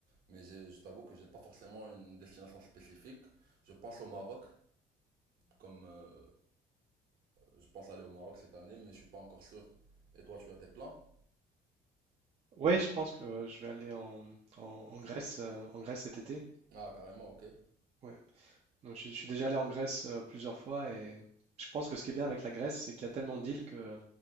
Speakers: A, on the right; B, on the right.
A: Mais j'ai- je t'avoue que j'ai pas forcément une destination spécifique. Je pense au Maroc, comme euh, je pense aller au Maroc cette année, mais je suis pas encore sûr. Et toi, tu as des plans?
B: Oui, je pense que je vais aller en, en- en Grèce euh, en Grèce cet été.
A: Ah, carrément, ok.
B: Ouais. Donc, je, suis je suis déjà allé en Grèce euh, plusieurs fois et je pense que ce qui est bien avec la Grèce, c'est qu'il y a tellement d'îles que